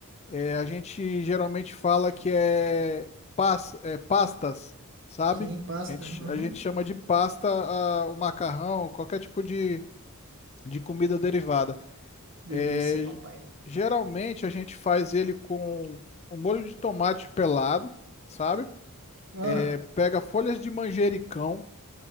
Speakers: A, on the left; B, on the right.
A: É, a gente geralmente fala que é, pas, é pastas, sabe?
B: Sim, pasta.
A: A gente, a
B: aham.
A: gente chama de pasta a- o macarrão, qualquer tipo de, de comida derivada. É,
B: Delícia, papai.
A: geralmente a gente faz ele com um molho de tomate pelado, sabe?
B: Ah,
A: É, pega folhas de manjericão.